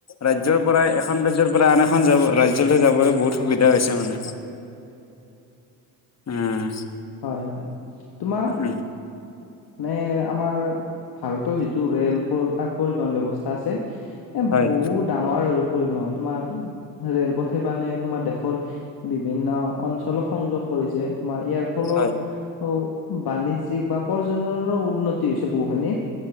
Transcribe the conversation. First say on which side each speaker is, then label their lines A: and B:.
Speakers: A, on the left; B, on the left.
A: ৰাজ্যৰ পৰা এখন ৰাজ্যৰ পৰা আন এখন যাব ৰাজ্যলৈ যাবলৈ বহুত সুবিধা হৈছে মানে উম
B: হয় হয় তোমাৰ
A: উম
B: মানে আমাৰ ভাৰতৰ যিটো ৰেল পৰিবহন ব্যৱস্থা আছে এ
A: হয়
B: বহুত ডাঙৰ পৰিবহণ তোমাৰ ৰেলপথেনে তোমাৰ দেশৰ বিভিন্ন অঞ্চলৰ সংযোগ ছে তোমাৰ ইয়াৰ ফলত
A: হয়
B: অ বাণিজ্যিক বা উপাৰ্জনৰ উন্নতি হৈছে বহুখিনি